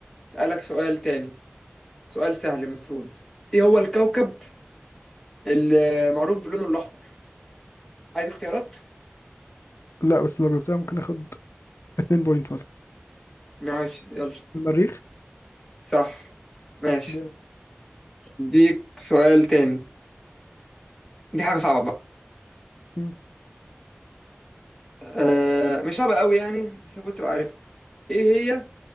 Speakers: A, in the centre; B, on the left (about 80°).
A: اسألك سؤال تاني سؤال سهل المفروض ايه هو الكوكب اللي معروف بلونه الاحمر عايز اختيارات
B: لا بس لو جبتها ممكن اخد 2 بوينت مثلا
A: ماشي يلا
B: المريخ
A: صح ماشي
B: جامد
A: اديك سؤال تاني دي حاجة صعبة بقى
B: مم.
A: أه مش صعبة قوي يعني بس المفروض تبقى عارف ايه هي